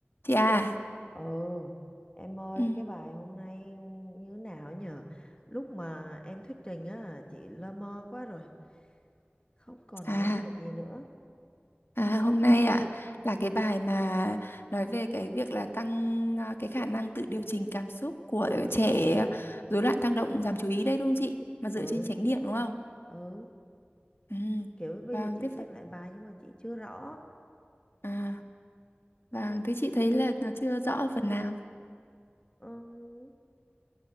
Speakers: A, on the left; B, on the left.
A: Chị à,
B: Ừ, em ơi
A: Ừ.
B: cái bài hôm nay như thế nào nhờ? Lúc mà em thuyết trình á, chị lơ mơ quá rồi, không còn
A: à,
B: nghe được gì nữa.
A: à hôm nay ạ là cái bài mà nói về cái việc là tăng à, cái khả năng tự điều chỉnh cảm xúc của trẻ rối loạn tăng động giảm chú ý đấy đúng không chị? Mà dựa
B: Ừ,
A: trên chánh niệm đúng không?
B: ừ,
A: Ừ.
B: kiểu bây
A: Vâng,
B: giờ chị
A: thế
B: xem
A: phần
B: lại bài nhưng mà chị chưa rõ.
A: à, vâng, thế chị thấy là nó chưa rõ phần nào.
B: Ừ,